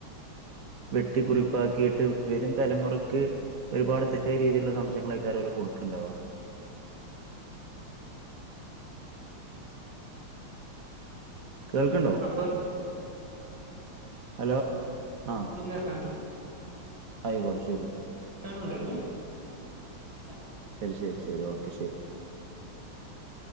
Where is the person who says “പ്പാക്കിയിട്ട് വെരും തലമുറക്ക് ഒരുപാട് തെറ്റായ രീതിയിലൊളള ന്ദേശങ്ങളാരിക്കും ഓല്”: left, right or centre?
Right